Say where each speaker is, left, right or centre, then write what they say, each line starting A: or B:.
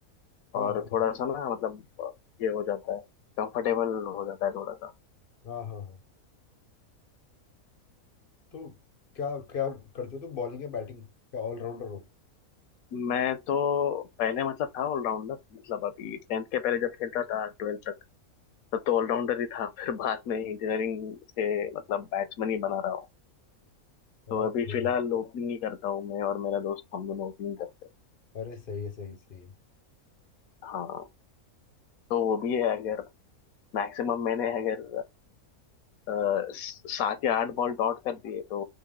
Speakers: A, on the left (about 50°); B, on the left (about 75°).
A: हाँ
B: और
A: हाँ
B: थोड़ा सा ना मतलब अ, ये हो जाता है कंफर्टेबल हो जाता है थोड़ा सा
A: हाँ हाँ हाँ तो क्या क्या करते हो तुम बॉलिंग या बैटिंग क्या ऑलराउंडर हो
B: मैं तो पहले मतलब था ऑलराउंडर मतलब अभी टेंथ के पहले जब खेलता था ट्वेल्थ तक तब तो ऑलराउंडर ही था फिर बाद में इंजीनियरिंग से मतलब बैट्समैन ही बना रहा हूँ
A: और
B: तो अभी
A: सही
B: फिलहाल
A: है
B: ओपनिंग ही करता हूँ मैं और मेरा दोस्त हम दोनों ओपनिंग करते हैं
A: अरे सही है सही सही है
B: हाँ तो वो भी है अगर मैक्सिमम मैंने अगर अ, सात या आठ बॉल डॉट कर दिए तो